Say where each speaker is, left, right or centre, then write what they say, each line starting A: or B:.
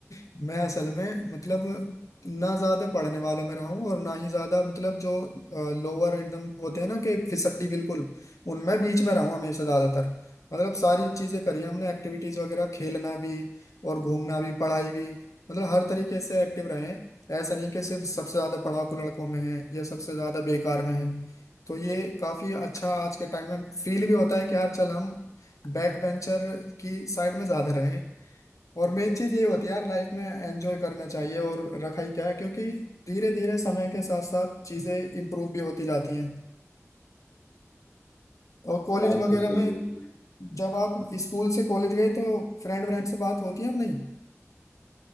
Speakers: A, on the left (about 85°); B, on the left (about 45°).
A: <laughs> मैं असल में मतलब ना ज्यादा पढ़ने वालों में रहा हूँ और ना ही ज्यादा मतलब जो लोअर एकदम होते हैं ना कि फिसड्डी बिल्कुल उनमें बीच में रहा हूँ हमेशा ज्यादातर मतलब सारी चीजें करी हैं हमने एक्टिविटीज वगैरह खेलना भी और घूमना भी पढ़ाई भी मतलब हर तरीके से एक्टिव रहे हैं ऐसा नहीं कि सिर्फ सबसे ज्यादा पढ़ाकू लड़कों में है या सबसे ज्यादा बेकार में है तो ये काफी अच्छा आज के टाइम में फील भी होता है कि यार चल हम बैक बेंचर की साइड में ज्यादा रहे और मेन चीज ये होती है यार लाइफ में एंजॉय करना चाहिए और रखा ही क्या है क्योंकि धीरे धीरे समय के साथ साथ चीजें इम्प्रूव भी होती जाती हैं और कॉलेज
B: बात
A: वगैरह
B: तो सही
A: में
B: है भाई
A: जब आप स्कूल से कॉलेज गए तो फ्रेंड व्रेंड से बात होती है अब नहीं